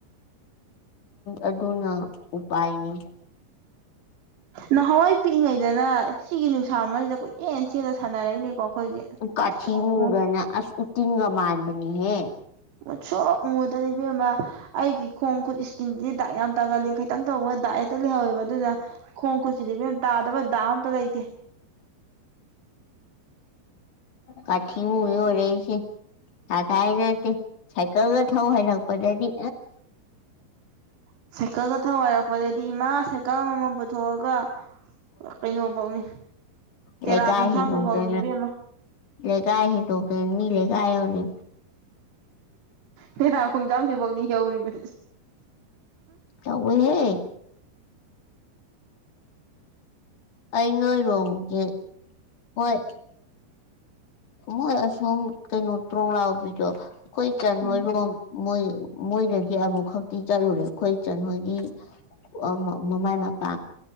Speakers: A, on the left (about 50°); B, on the right (about 75°).
A: ꯑꯗꯨꯣꯅ ꯎꯄꯥꯥꯏꯅꯤ
B: ꯅꯍꯥꯟꯋꯥꯏ ꯄꯤꯛꯏꯉꯩꯗꯅ ꯁꯤꯒꯤ ꯅꯨꯡꯁꯥ ꯑꯃꯁꯤꯗ ꯀꯣꯏꯆꯦꯟ ꯆꯦꯅ ꯁꯥꯟꯅꯔꯛꯏꯅꯦꯀꯣ ꯑꯩꯈꯣꯏꯁꯦ
A: ꯀꯥꯊꯤ
B: ꯃꯨꯁꯨꯛ
A: ꯃꯗꯅ
B: ꯃꯨ
A: ꯑꯁ ꯎꯇꯤꯟꯒ ꯃꯔꯕꯅꯤ ꯍꯦ
B: ꯎꯠꯁꯣꯛ ꯃꯨꯗꯦꯕꯦꯝꯃ ꯑꯩꯒꯤ ꯈꯣꯡ ꯈꯨꯠ ꯏꯁꯀꯤꯟꯗꯤ ꯗꯥꯛ ꯌꯥꯝ ꯇꯥꯒꯜꯂꯤ ꯈꯤꯇꯪ ꯇꯧꯕ ꯑ ꯇ ꯍꯋꯕ ꯑꯗꯨꯗ ꯈꯣꯡ ꯈꯨꯠꯁꯤꯗꯤ ꯃ ꯇꯥꯗꯕ ꯗꯥ ꯑꯝꯇ ꯂꯩꯇꯦ
A: ꯀꯥꯆꯤꯕꯨ ꯏ ꯑꯣꯏꯔꯏꯁꯤ ꯑꯥ ꯇꯥꯏ ꯅꯠꯇ ꯁꯥꯏꯀꯜꯒ ꯊꯧ ꯍꯥꯏ ꯂꯄꯗꯤ
B: ꯁꯀ ꯀ ꯃꯣꯏꯗꯗꯤ ꯏꯃꯥ ꯁꯥꯏꯀꯜ ꯑꯃꯃꯝ ꯄꯨꯊꯣꯛꯑꯒ ꯀꯩꯅꯣꯐꯧꯅꯤ ꯇꯦꯔꯥ
A: ꯂꯩ ꯀꯥꯏ
B: ꯈꯣꯡꯊꯥꯡꯕꯤꯐꯧꯅꯤ
A: ꯍ ꯇꯣꯛꯇ
B: ꯏꯕꯦꯝꯃ
A: ꯂꯩ ꯀꯥꯏ ꯍ ꯇꯣꯛꯇꯦ ꯃꯤ ꯂꯩꯦꯀꯥꯏ ꯌꯧꯅꯤ
B: ꯄꯦꯅꯥ ꯈꯣꯡꯖꯥꯡꯁꯤꯐꯧꯅꯤ ꯌꯧꯔꯤꯕꯁ
A: ꯀ ꯑꯣꯏ ꯍꯦ ꯑꯩꯉꯣꯏꯔꯣꯣꯡꯒꯦ ꯍꯣꯏ ꯃꯣꯏ ꯑꯁꯣꯝ ꯀꯩꯅꯣ ꯇ꯭ꯔꯣ ꯂꯥꯛꯕꯤꯗꯣ ꯑꯩꯈꯣꯏ ꯀꯥꯟ
B: ꯎꯝ
A: ꯍꯣꯏꯔꯣꯝ ꯃꯣꯏ ꯃꯣꯏꯗꯒꯤ ꯑꯃꯨꯛ ꯈꯛꯇꯤ ꯆꯠꯂꯨꯔꯦ ꯑꯩꯈꯣꯏ ꯃꯣꯏꯒꯤ ꯑꯣ ꯃꯃꯃꯥꯏ ꯄꯄ